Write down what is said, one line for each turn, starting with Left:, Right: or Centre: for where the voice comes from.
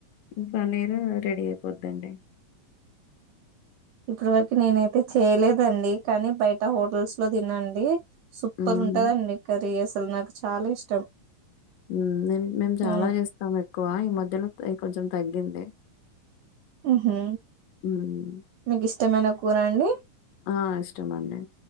Left: పన్నీరు రెడీ అయిపోతదండి.
Right: ఇప్పటి వరకి నేనైతే చేయలేద్. అండి కానీ బయట హోటల్స్ లో తినండి సూపర్
Left: హ్మ్.
Right: ఉంటదండి కర్రీస్. అసలు నాకు చాలా ఇష్టం.
Left: ఉమ్ నేను మేము చాలా
Right: మ్మ్
Left: చేస్తాం ఎక్కువ ఈ మధ్యలో ఎక్ కొంచెం తగ్గింది.
Right: ఉహు
Left: హ్మ్.
Right: మీకు ఇష్టమైన కూరా అండి.
Left: ఆహ్ ఇష్టం అండి.